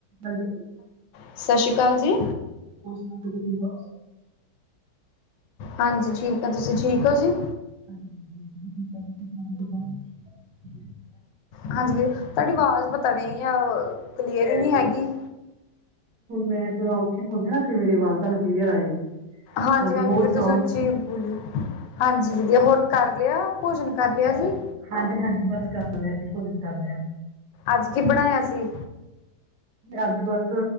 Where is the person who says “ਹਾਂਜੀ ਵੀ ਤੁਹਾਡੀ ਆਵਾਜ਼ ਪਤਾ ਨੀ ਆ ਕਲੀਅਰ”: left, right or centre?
Left